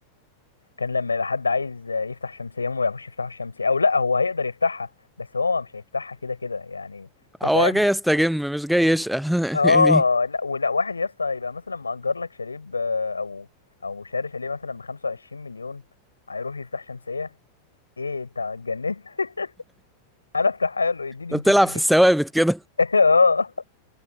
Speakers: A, on the left (about 80°); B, in the centre.
A: كان لما يبقى حد عايز يفتح شمسية هم ما يعرفوش يفتحوا الشمسية او لا هو هيقدر يفتحها بس هو مش هيفتحها كده كده يعني انت
B: هو
A: فاهم
B: جاي يستجم مش جاي يشقى <laughs>
A: اه
B: يعني
A: لا ولا واحد يا اسطى يبقى مثلا مأجر لك شاليه ب- او او شاري شاليه مثلا ب 25 مليون هيروح يفتح شمسية ايه انت اتجننت <laughs> انا افتحها له يديني
B: انت
A: 200
B: بتلعب في
A: جنيه
B: الثوابت كده
A: <laughs> اه